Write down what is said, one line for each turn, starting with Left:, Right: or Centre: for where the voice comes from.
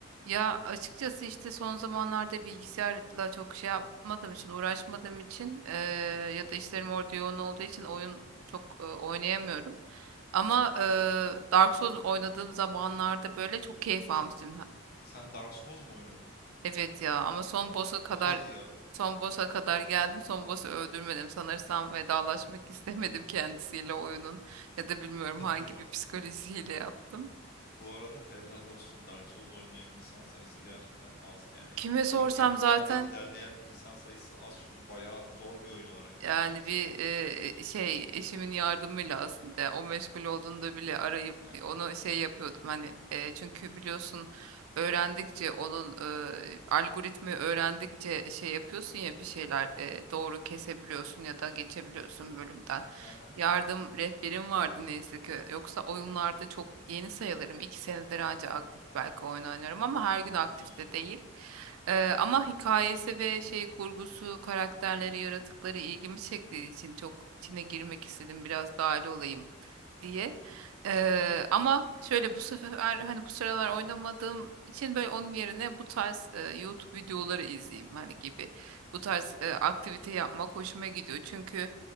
Right: Ya açıkçası işte son zamanlarda bilgisayarla çok şey yapmadığım için, uğraşmadığım için eee, ya da işlerim orada yoğun olduğu için oyun çok eee, oynayamıyorum. Ama eee,
Left: Hı hı.
Right: Dark Souls oynadığım zamanlarda böyle çok keyif almıştım.
Left: Sen
Right: Ha-
Left: sen Dark Souls mu oynadın?
Right: Evet ya ama son boss'a kadar
Left: Hadi ya,
Right: son boss'a kadar geldim. Son boss'u öldürmedim. Sanırsam vedalaşmak <laughs> istemedim kendisiyle oyunun ya da bilmiyorum
Left: hadi
Right: hangi
Left: ya.
Right: bir psikolojiyle yaptım.
Left: Hmm. Bu arada helal olsun Dark Souls oynayan insan sayısı gerçekten az. Yani
Right: Kime sorsam
Left: oynayabilen
Right: zaten
Left: ve ilerleyen insan sayısı az çünkü bayağı zor bir oyun olarak
Right: Yani
Left: geçiyor aslında.
Right: bir e, şey eşimin yardımıyla aslında yani o meşgul olduğunda bile arayıp
Left: He,
Right: onu şey yapıyordum hani e, çünkü biliyorsun öğrendikçe onun e, algoritmi öğrendikçe şey yapıyorsun ya bir şeyler e, doğru kesebiliyorsun ya da geçebiliyorsun bölümden
Left: he, he.
Right: yardım rehberim vardı neyse ki. Yoksa oyunlarda çok yeni sayılırım. İki senedir anca aktif belki oyun oynarım ama her gün aktif
Left: Hmm.
Right: de değil. Ee, ama hikayesi ve şey kurgusu, karakterleri, yaratıkları ilgimi çektiği için çok içine girmek istedim. Biraz dahil olayım diye. Ee, ama şöyle bu sefer hani bu sıralar oynamadığım için böyle onun yerine bu tarz e, YouTube videoları izleyeyim hani gibi. Bu tarz e, aktivite yapmak hoşuma gidiyor. Çünkü